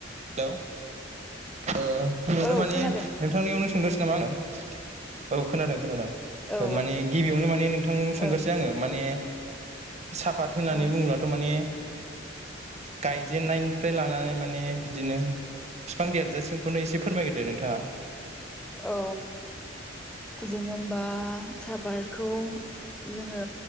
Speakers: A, on the right (about 35°); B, in the centre.
A: हेलौ ओ नुनो
B: औ
A: माने
B: खोनादों
A: नोंथांनियावनो सोंग्रोसै नामा आङो? औ खोनादों खोनादों
B: औ
A: दा माने गिबियावनो माने नोंथांनाव सोंगोरसै
B: ओं
A: आङो माने साफात होननानै
B: औ
A: बुङोब्लाथ' माने गायजेननायनिफ्राय लानानै माने बिदिनो बिफां देरजासिमखौनो एसे फोरमायग्रोदो नोंथाङा
B: औ जोङो होनबा सापारखौ जोङो